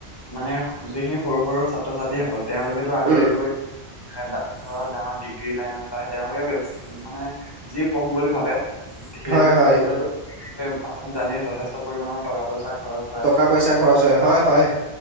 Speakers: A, on the left; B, on the right.
A: মানে যিখিনি সৰু সৰু ছাত্ৰ-ছাত্ৰীসকল তেওঁলোকেতো আগলৈ
B: উম,
A: গৈ আ ধ-ধৰক ডাঙৰ ডিগ্ৰী লাইনত বা তেওঁলোকে মানে যি পঢ়ো বুলি ভাবে সেইবোৰ
B: হয়, হয়,
A: পঢ়িবলেটো আপুনি জানেই যথেষ্ট পৰিমানৰ টকা পইচা খৰচ হয়।
B: টকা পইচা খৰচ হয়, হয়, হয়।